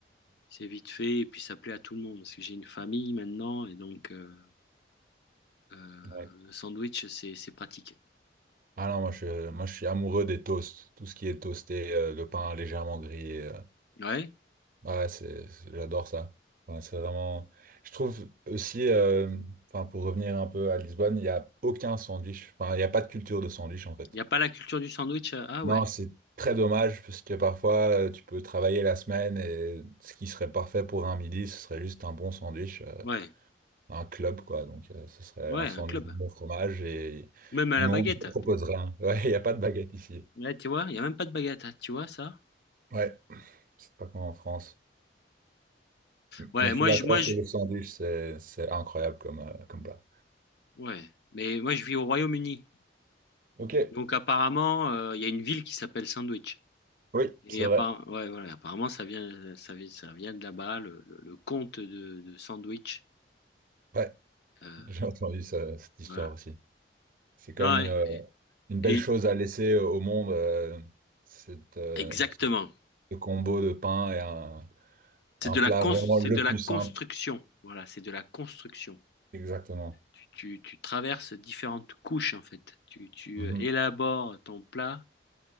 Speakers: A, on the left; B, on the right.
A: c'est vite fait et puis ça plaît à tout le monde parce que j'ai une famille maintenant et donc euh, euh,
B: Ouais.
A: un sandwich, c'est c'est pratique.
B: Ah non, moi je, moi je suis amoureux des toasts. Tout ce qui est toasté, euh, le pain légèrement grillé. euh.
A: Ouais.
B: Ouais, c'est, c'est- j'adore ça. Ouais, c'est vraiment. Je trouve aussi, euh, enfin, pour revenir un peu à Lisbonne, il n'y a aucun sandwich. Enfin, il n'y a pas de culture de sandwich en fait.
A: Il n'y a pas la culture du sandwich. euh, Ah
B: Non,
A: ouais,
B: c'est très dommage parce que parfois euh, tu peux travailler la semaine et ce qui serait parfait pour un midi, ce serait juste un bon sandwich, euh,
A: ouais,
B: un club quoi. Donc euh, ce serait
A: ouais,
B: un sandwich
A: un club.
B: de bon fromage et
A: Même à
B: ils
A: la
B: n'ont,
A: baguette.
B: ils ne proposent rien. Ouais, <laughs> il n'y a pas de baguette ici.
A: Là, tu vois, il n'y a même pas de baguette, hein, tu vois ça?
B: Ouais. C'est pas comme en France.
A: Ouais,
B: Mais je
A: moi,
B: suis d'accord
A: je, moi, je,
B: que le sandwich, c'est c'est incroyable comme, euh, comme plat.
A: ouais, mais moi, je vis au Royaume-Uni.
B: Ok,
A: Donc, apparemment, euh, il y a une ville qui s'appelle Sandwich.
B: oui,
A: Et
B: c'est
A: apparemment,
B: vrai.
A: ouais, voilà, apparemment, ça vient, ça vient, ça vient de là-bas, le, le, le comte de, de Sandwich.
B: Ouais,
A: Euh,
B: j'ai entendu ça- cette histoire
A: voilà.
B: aussi. C'est quand
A: Non,
B: même euh,
A: et,
B: une belle
A: et-
B: chose à laisser au monde, euh, cette, euh,
A: exactement.
B: ce combo de pain et un,
A: C'est
B: un
A: de la
B: plat
A: cons-
B: vraiment
A: c'est
B: le
A: de la
B: plus
A: construction.
B: simple.
A: Voilà, c'est de la construction.
B: Exactement.
A: tu, tu- tu traverses différentes couches en fait. Tu, tu,
B: Mhm.
A: euh, élabores ton plat